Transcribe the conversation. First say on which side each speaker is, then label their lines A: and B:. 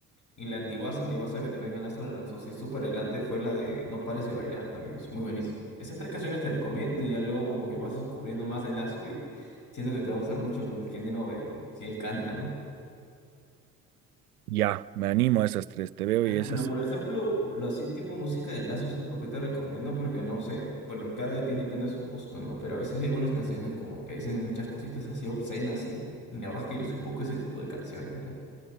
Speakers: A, on the left; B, on the right.
A: Y la antiguaza, antiguaza que también a Lazo la lanzó así súper adelante fue la de No pares de bailar también, es muy buenísimo. Esas tres canciones te recomiendo y ya luego como que vas descubriendo más de Lazo y siento que te va a gustar mucho el género del que él canta, ¿no?
B: Ya, me animo a esas tres, te veo
A: Claro,
B: y esas
A: mira, por ejemplo, lo así tipo música de Lazo, ¿sabes por qué te recomiendo? Porque no sé, bueno, cada depende, depende de su gusto, ¿no? Pero a veces hay algunas canciones como que dicen muchas cositas así obscenas y, y la verdad es que yo soy poco ese tipo de canciones, ¿ya?